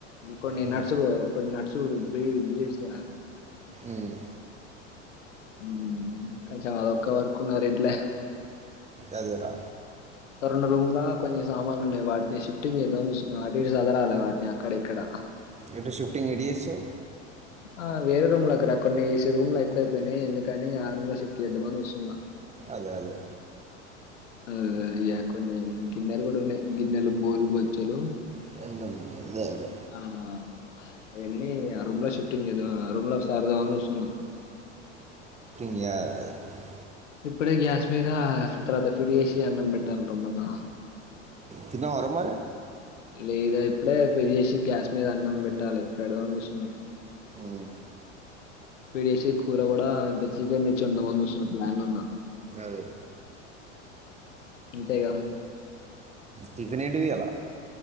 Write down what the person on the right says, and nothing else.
ఉమ్,
ఉమ్,
అదేరా
ఎటు షిఫ్టింగ్ ఎటుచేస్తవ్
అదే అదే
అదే అదే
ఇ <inaudible>
తిన్నావా రా మరి
ఉమ్.
అదే
టిఫిన్ ఏంటిది ఇయ్యాల